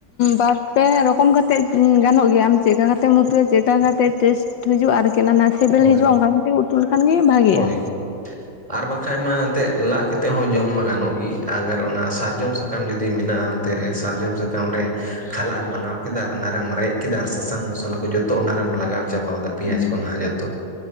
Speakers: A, on the left (about 65°); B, on the right (about 15°).
A: ᱵᱟᱨ ᱯᱮ ᱨᱚᱠᱚᱢ ᱠᱟᱛᱮᱜ ᱜᱟᱱᱚᱜ ᱜᱮᱭᱟᱢ ᱪᱮᱫᱠᱟ ᱠᱟᱛᱮᱜᱢ ᱩᱛᱩᱟᱹᱭᱟ ᱪᱮᱫᱠᱟ ᱠᱟᱛᱮᱜ ᱴᱮᱥᱴ, ᱦᱤᱡᱩᱜᱼᱟ ᱟᱨᱠᱤ ᱚᱱᱟ ᱥᱤᱵᱤᱞ
B: ᱦᱳᱭ
A: ᱦᱤᱡᱩᱜᱼᱟ ᱚᱱᱟ ᱠᱷᱟᱹᱛᱤᱨ ᱩᱛᱩ ᱞᱮᱠᱷᱟᱱ ᱜᱮ ᱵᱷᱟᱜᱤᱜ-ᱟ᱾
B: ᱦᱳᱭ ᱟᱨ ᱵᱟᱠᱷᱟᱱᱡ ᱢᱟ ᱮᱱᱛᱮᱫ ᱞᱟᱟᱜ ᱠᱟᱛᱮᱜ ᱦᱚᱸ ᱡᱚᱢ ᱢᱟ ᱜᱟᱱᱚᱜ ᱜᱮ ᱟᱜᱟᱨ ᱚᱱᱟ ᱥᱟᱨᱡᱚᱢ ᱥᱟᱠᱟᱢ ᱡᱩᱫᱤ ᱢᱮᱱᱟᱜᱼᱟ, ᱛᱮᱨᱮ ᱥᱟᱨᱡᱚᱢ ᱥᱟᱠᱟᱢ ᱨᱮ, ᱠᱷᱟᱞᱟᱜ ᱮᱢ ᱵᱮᱱᱟᱣ ᱠᱮᱫᱟ ᱟᱨ ᱚᱱᱟ ᱨᱮᱢ ᱨᱮᱡ ᱠᱮᱫᱟ ᱟᱨ ᱥᱟᱥᱟᱝ ᱢᱚᱥᱞᱟ ᱠᱚ ᱡᱚᱛᱚ ᱚᱱᱟᱨᱮᱢ ᱞᱟᱜᱟᱣ ᱪᱟᱵᱟ ᱟᱫᱟ, ᱯᱮᱸᱭᱟᱡ
A: ᱦᱮᱸ
B: ᱠᱚ ᱱᱷᱟᱜ ᱡᱚᱛᱚ